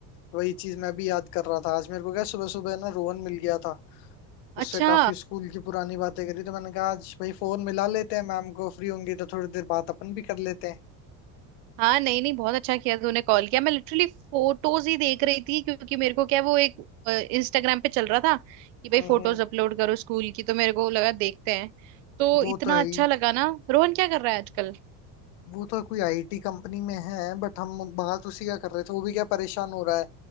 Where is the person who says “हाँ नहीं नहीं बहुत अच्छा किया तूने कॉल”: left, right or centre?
Right